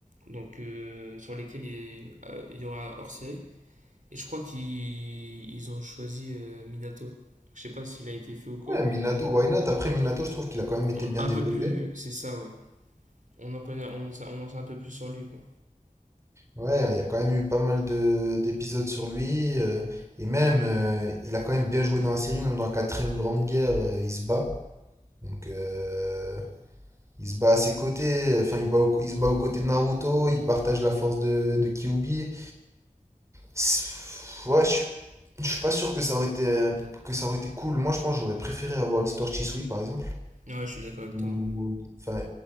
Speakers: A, on the right (about 60°); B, on the right (about 20°).
A: donc euh, sur lesquels il euh, il y aura un hors-série. Et je crois qu'ils ils ont choisi euh, Minato. Donc, je sais pas s'il a été fait ou quoi,
B: Ouais,
A: mais
B: Minato, why not? Après, Minato, je trouve qu'il a quand même été bien
A: un
B: développé.
A: peu plus. C'est ça, ouais. On en connaît, on, sa- on en sait un peu plus sur lui, quoi.
B: Ouais, il y a quand même eu pas mal de d'épisodes sur lui. euh, et même, euh, il a quand même bien joué dans la série, même dans la quatrième grande guerre, euh, il se bat. Donc, euh, il se bat à ses côtés. euh, Enfin, il bat au- il se bat aux côtés de Naruto. Il partage la force de, de Kyuubi. C'est- Ouais, je je suis pas sûr que ça aurait été, euh, que ça aurait été cool. Moi, je pense que j'aurais préféré avoir l'histoire de Chisui, par exemple.
A: Ouais, je suis d'accord avec
B: Ou-
A: toi.
B: Enfin,